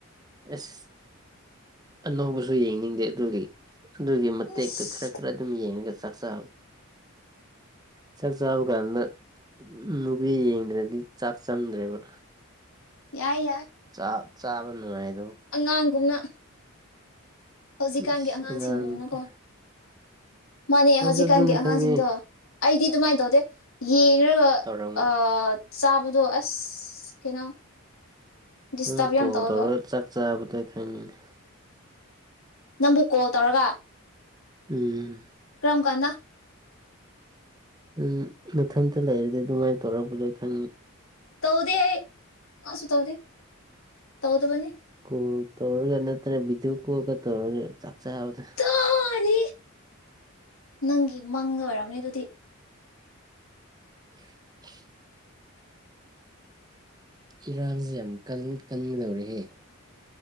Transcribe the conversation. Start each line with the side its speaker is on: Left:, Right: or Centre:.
Right: ꯑꯁ ꯑꯅꯧꯕꯁꯨ ꯌꯦꯡꯅꯤꯡꯗꯦ ꯑꯗꯨꯒꯤ ꯑꯗꯨꯒꯤ ꯃꯇꯦꯛꯇꯣ
Left: ꯏꯁ
Right: ꯈꯔ ꯈꯔ ꯑꯗꯨꯝ ꯌꯦꯡꯉꯒ ꯁꯛꯁ ꯆꯥꯛ ꯆꯥꯕ ꯀꯥꯟꯗ ꯎꯝ ꯅꯨꯄꯤ ꯌꯦꯡꯗ꯭ꯔꯗꯤ ꯆꯥꯛ ꯆꯪꯗ꯭ꯔꯦꯕ
Left: ꯌꯥ ꯌꯥ
Right: ꯆꯥ ꯆꯥꯕꯉꯥꯏ
Left: ꯑꯉꯥꯡꯒꯨꯝꯅ ꯍꯧꯖꯤꯛꯀꯥꯟꯒꯤ
Right: ꯏꯁ
Left: ꯑꯉꯥꯡꯁꯤꯡꯗꯨꯅꯀꯣ
Right: ꯑꯉꯥꯡ ꯅꯠꯇꯦ
Left: ꯃꯥꯅꯦ
Right: ꯅꯪꯁꯨ
Left: ꯍꯧꯖꯤꯛꯀꯥꯟꯒꯤ
Right: ꯑꯗꯨꯅꯤ
Left: ꯑꯉꯥꯡꯁꯤꯡꯗꯣ
Right: ꯈꯪꯉꯤ
Left: ꯑꯩꯗꯤ ꯑꯗꯨꯃꯥꯏ ꯇꯧꯗꯦ ꯌꯦꯡꯒ
Right: ꯇꯧꯔꯝꯒꯅꯤ
Left: ꯑ ꯆꯥꯕꯗꯣ ꯑꯁ ꯀꯩꯅꯣ ꯗꯤꯁꯇꯔꯕ
Right: ꯅꯪ ꯀꯣꯗꯔ
Left: ꯌꯥꯝ ꯇꯧꯋꯦꯕ
Right: ꯆꯥꯛ ꯆꯥꯕꯗ ꯈꯪꯉꯤꯅꯤ
Left: ꯅꯝꯕ ꯀꯣꯜ ꯇꯧꯔꯒ
Right: ꯎꯝ
Left: ꯀꯝ ꯀꯥꯟꯗ
Right: ꯎꯝ ꯃꯊꯟꯇ ꯂꯩꯥꯏꯔꯗꯤ ꯑꯗꯨꯃꯥꯏ ꯇꯣꯔꯛꯒ ꯂꯩꯣꯏ ꯈ
Left: ꯇꯧꯗꯤ ꯃꯥꯁꯨ ꯇꯧꯗꯦ ꯇꯧꯗꯕꯅꯤ
Right: ꯀꯣ ꯇꯧꯔꯒ ꯅꯠꯇ꯭ꯔ ꯖꯨ ꯀꯨꯒ ꯇꯧꯔꯒ ꯆꯥꯛꯆꯥ ꯑꯕꯗ
Left: ꯇꯥꯅꯤ ꯅꯪꯒꯤ ꯃꯪ ꯑꯣꯏꯔꯝꯅꯦ ꯑꯗꯨꯗꯤ
Right: <unintelligible> ꯏꯔꯥꯟꯁꯦ ꯌꯥꯝ ꯀꯟꯒꯗꯧꯔꯦꯍꯦ